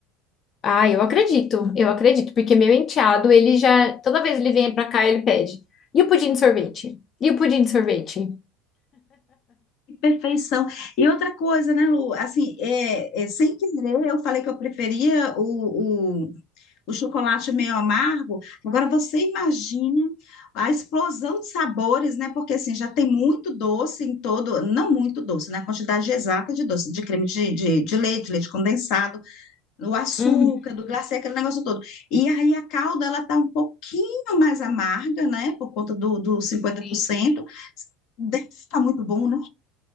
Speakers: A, on the left; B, on the left.
A: Ah, eu acredito, eu acredito, porque meu enteado, ele já, toda vez ele vem pra cá, ele pede. E o pudim de sorvete? E o pudim de sorvete?
B: Perfeição. E outra coisa, né, Lu? Assim, é, é, sem querer, eu falei que eu preferia o, o, o chocolate meio amargo. Agora, você imagine a explosão de sabores, né? Porque, assim, já tem muito doce em todo, não muito doce, né? A quantidade exata de doce, de creme de, de, de leite, leite condensado, do açúcar,
A: Uhum.
B: do glacê, aquele negócio todo. E aí a calda, ela tá um pouquinho mais amarga, né? Por conta do, do cinquenta
A: Sim.
B: por cento Deve estar muito bom, né?